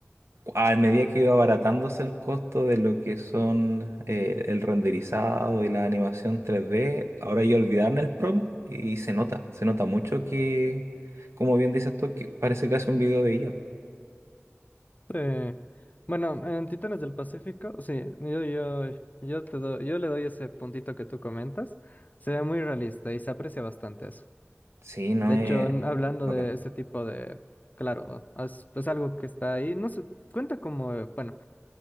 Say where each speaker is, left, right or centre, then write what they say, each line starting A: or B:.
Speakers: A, on the right (about 75°); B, on the left (about 35°).
A: a medida que iba abaratándose el costo de lo que son eh, el renderizado y la animación 3D, ahora ya olvidaron el prompt y se nota, se nota mucho que, como bien dices tú, que parece casi un video de IA.
B: Sí. Bueno, en Titanes del Pacífico, sí, yo, yo, yo, te do, yo le doy ese puntito que tú comentas. Se ve muy realista y se aprecia bastante eso.
A: Sí, no
B: De
A: es...
B: hecho, n- hablando
A: bacán.
B: de ese tipo de... Claro, es, es algo que está ahí. No sé, cuenta como... eh, Bueno,